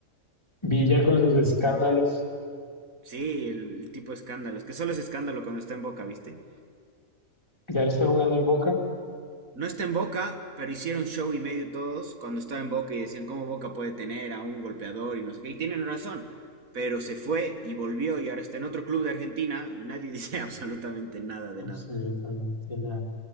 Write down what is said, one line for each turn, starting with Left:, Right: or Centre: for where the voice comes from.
Left: Villa con sus escándalos,
Right: Villa. Sí, el, el tipo de escándalos, que solo es escándalo cuando está en Boca, ¿viste?
Left: ya lo está jugando en Boca.
Right: No está en Boca, pero hicieron show y medio todos cuando estaba en Boca y decían cómo Boca puede tener a un golpeador y no sé qué. Y tienen razón, pero se fue y volvió y ahora está en otro club de Argentina y nadie dice <laughs> absolutamente nada de
Left: Absolutamente
Right: nada.
Left: nada.